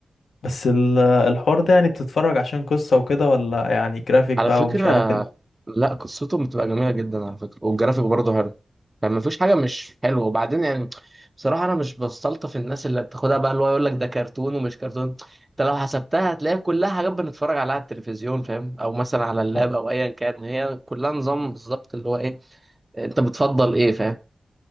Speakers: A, on the left; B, on the right.
A: بس ال- الحوار ده يعني بتتفرج عشان قصة وكده ولا يعني جرافيك
B: على
A: بقى
B: فكرة
A: ومش عارف ال...
B: لا قصتهم بتبقى جميلة جدا على فكرة والجرافيك برضه حلو يعني مفيش حاجة مش حلوة وبعدين يعني بصراحة أنا مش بستلطف الناس اللي بتاخدها بقى اللي هو يقول لك ده كرتون ومش كرتون أنت لو حسبتها هتلاقي كلها حاجات بنتفرج عليها على التلفزيون فاهم أو مثلا على اللاب
A: آه.
B: أو أيا كان هي كلها نظام بالظبط اللي هو إيه أنت بتفضل إيه فاهم